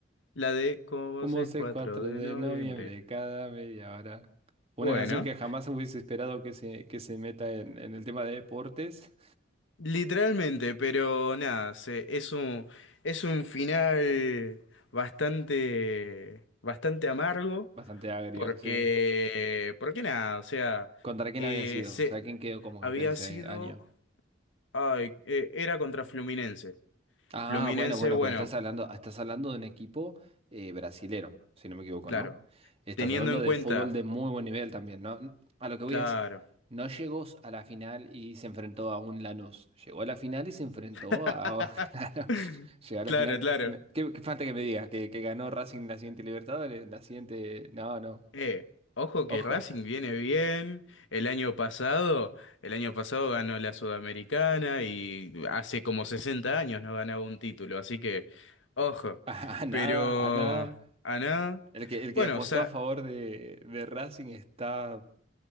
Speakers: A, on the left (about 75°); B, on the right (about 30°).
A: la de Con vos
B: Como
A: es
B: sé
A: 4
B: 4
A: de
B: de
A: noviembre.
B: noviembre cada media hora. Una
A: Bueno,
B: canción que jamás hubiese esperado que se, que se meta en, en el tema de deportes.
A: literalmente, pero nada, se- es un, es un final bastante, bastante amargo
B: Bastante agrio,
A: Porque,
B: sí.
A: porque nada, o sea,
B: ¿Contra quién
A: eh,
B: había sido?
A: se,
B: O sea, ¿quién quedó como campeón
A: había
B: ese
A: sido,
B: año?
A: ay, eh, era contra Fluminense.
B: Ah,
A: Fluminense,
B: bueno, bueno,
A: bueno,
B: pero estás hablando, estás hablando de un equipo eh, brasilero, si no me equivoco,
A: claro,
B: ¿no? Estás
A: teniendo
B: hablando
A: en
B: de
A: cuenta,
B: fútbol de muy buen nivel también, ¿no? N- A lo que voy
A: claro,
B: es, no llegó a la final y se enfrentó a un Lanús. Llegó a la final y se enfrentó
A: <laughs>
B: a... <laughs> Claro, llegó a la
A: claro,
B: final.
A: claro.
B: No, ¿Qué, qué falta que me digas? ¿Que, que ganó Racing la siguiente Libertadores? La siguiente... No, no.
A: Eh, ojo
B: Ojo.
A: que Racing
B: <laughs>
A: viene bien. El año pasado, el año pasado ganó la Sudamericana y hace como 60 años no ganaba un título, así que, ojo.
B: A, a nada,
A: Pero,
B: a nada.
A: a nada.
B: El que, el que
A: Bueno,
B: apostó
A: o sea.
B: a favor de, de Racing está